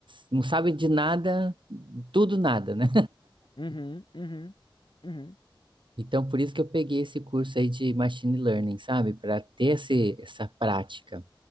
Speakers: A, on the right; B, on the left.
A: não sabe de nada, tudo nada, né?
B: Uhum, uhum, uhum.
A: Então, por isso que eu peguei esse curso aí de Machine Learning, sabe? Para ter esse, essa prática.